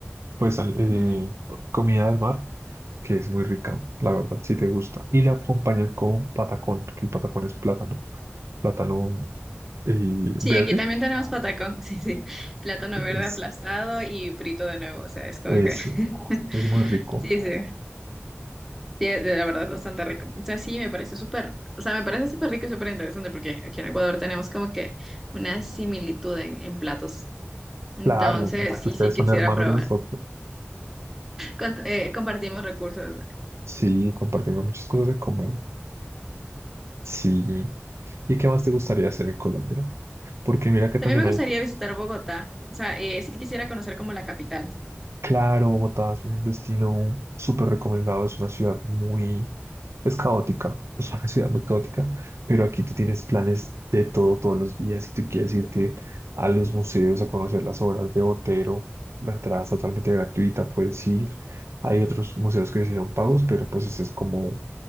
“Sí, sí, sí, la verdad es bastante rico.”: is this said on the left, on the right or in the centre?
Centre